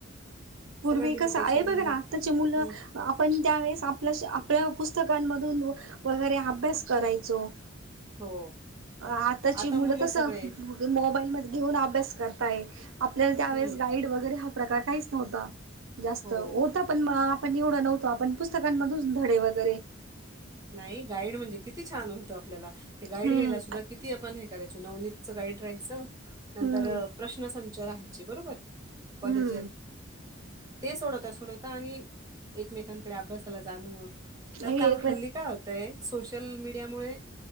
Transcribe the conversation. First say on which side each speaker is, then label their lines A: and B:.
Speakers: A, on the right; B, on the right.
A: पूर्वी
B: सगळं लिमिटेशन
A: कसं आहे बघ ना आत्ताचे मुलं
B: हम्म.
A: आपण त्यावेेळेस आपल्या आपल्या पुस्तकांमधून वगैरे अभ्यास करायचो..
B: हो
A: आताची
B: आता
A: मुलं तर
B: सगळे
A: मोबाईल मध्ये घेऊन अभ्यास करताय आपल्याला त्यावेेळेस
B: हम्म.
A: गाईड वगैरे हा प्रकार काहीच नव्हता जास्त...
B: हो
A: होता पण आपण एवढं नव्हतो आपण पुस्तकांमधून धडे वगैरे
B: नाही गाईड म्हणजे किती छान हुतं आपल्याला ते गाईड
A: हम्म
B: घ्यायला सुद्धा किती आपण हे करायचो.. नवनीत गाईड राहायच नंतर
A: हम्म
B: प्रश्नसंच राहायची बरोबर.. ! कॉलेज्यात
A: हम्म
B: ते सोडवता सोडवता आणि एकमेकांकडे अभ्यास.. जाणं तर
A: हे
B: तं
A: एक
B: हल्ली काय होतंय.. सोशल मीडिया मुळे